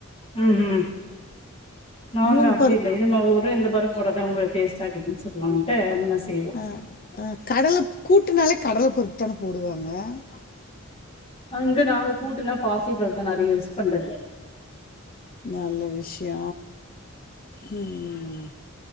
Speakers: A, on the left; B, on the left.
A: ம் ம் நாங்க
B: மூணு
A: அப்டி
B: பருப்
A: இல்ல இது மா ஒரு இந்த பருப்பு போட்டாதா உங்களுக்கு டேஸ்ட்டா ஆககுதுன்னு சொல்லுவாங்கன்ட்டு அந்த மாரி செய்வோ
B: ஆ ஆ கடலப் கூட்டுனாலே கடலப் பருப்பு தான போடுவாங்க
A: அங்க நாங்க கூட்டுன்னா பாசிப்பருப்புதா நெறையா யூஸ் பண்றது
B: நல்ல விஷ்யோ ம்